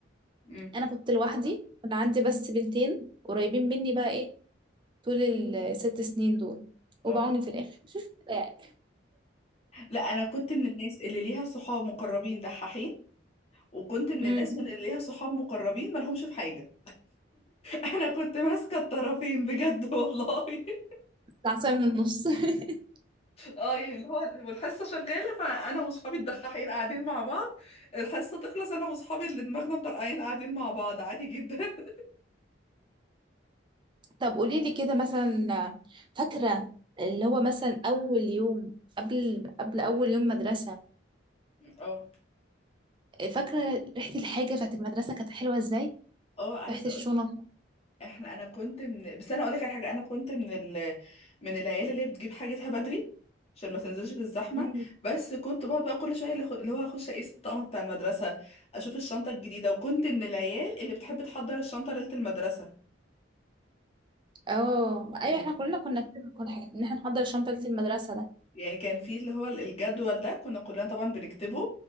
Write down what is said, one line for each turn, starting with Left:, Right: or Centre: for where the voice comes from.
Left: امم
Right: انا كنت لوحدي كان عندي بس بنتين قريبين مني بقى ايه طول الست سنين دول وبعوني
Left: اه
Right: في الآخر يعني
Left: لا انا كنت من الناس اللي ليها صحاب مقربين دحاحين وكنت من
Right: امم
Left: الناس من اللي ليها صحاب مقربين مالهمش في حاجه <laughs> انا كنت ماسكه الطرفين بجد والله <laughs>
Right: العصاية من النص <laughs>
Left: اه يعني اللي هو والحصه شغاله فانا واصحابي الدحاحين قاعدين مع بعض الحصه تخلص انا واصحابي اللي دماغنا مطرقعين قاعدين مع بعض عادي جدا <laughs>
Right: طب قولي لي كده مثلا فاكرة اللي هو مثلا أول يوم قبل قبل أول يوم مدرسة
Left: اه
Right: فاكرة ريحة الحاجة بتاعت المدرسة كانت حلوة ازاي؟
Left: اه عايزه
Right: ريحة الشنط
Left: احنا انا كنت من بس انا اقول لك على حاجه انا كنت من ال... من العيال اللي هي بتجيب حاجتها بدري عشان ما تنزلش في الزحمه
Right: مم.
Left: بس كنت بقعد بقى كل شويه اللي خ- اللي هو اخش اقيس الطقم بتاع المدرسه اشوف الشنطه الجديده وكنت من العيال اللي بتحب تحضر الشنطه ليله المدرسه
Right: اه
Left: يعني
Right: ايوه احنا كلنا كنا كده كل حاجة ان احنا نحضر شنطة المدرسة ده
Left: يعني كان في اللي هو الجدول ده كنا كلنا طبعا بنكتبه